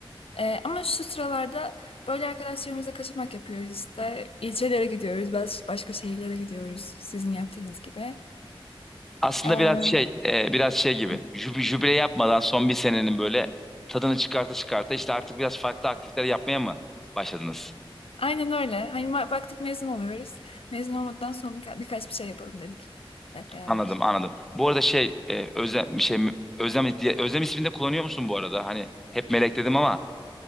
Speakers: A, on the left (about 80°); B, in the centre.
A: E, ama şu sıralarda böyle arkadaşlarımızla kaçamak yapıyoruz işte. İlçelere gidiyoruz, bas- başka şehirlere gidiyoruz sizin yaptığınız gibi.
B: Aslında
A: Em,
B: biraz şey e, biraz şey gibi
A: hı.
B: jüb- jübile yapmadan son bir senenin böyle tadını çıkarta çıkarta işte artık biraz farklı aktiviteler yapmaya mı başladınız?
A: Aynen öyle. Hani ma- baktık mezun oluyoruz. Mezun olmadan sonra birka- birkaç bir şey yapalım dedik hep beraber.
B: Anladım anladım. Bu arada şey e, Özlem şey Özlem diye Özlem ismini de kullanıyor musun bu arada? Hani hep Melek dedim ama